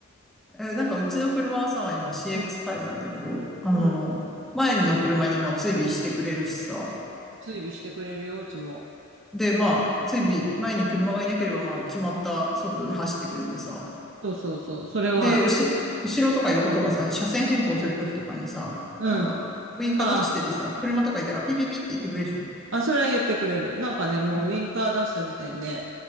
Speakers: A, in the centre; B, on the right.
A: えーなんかうちの車はさ、
B: なんか、
A: 今 CX5
B: うん、
A: なんだけど、あの、
B: うん。
A: 前の車にまあ追尾してくれるしさ、
B: 追尾してくれるよ、うちも。
A: で、まあ、追尾、前に車がいなければまあ決まった速度で走ってくれてさ、
B: そうそうそう、それはある。
A: で、うし、後ろとか横とかさ、車線変更するときとかにさ、
B: うん。
A: なんか、ウインカー出しててさ、
B: ああ、
A: 車とかいたらピピピって言ってくれるでしょ。
B: あ、それは言ってくれる。なんかね、もうウィンカー出した時点で、
A: うん。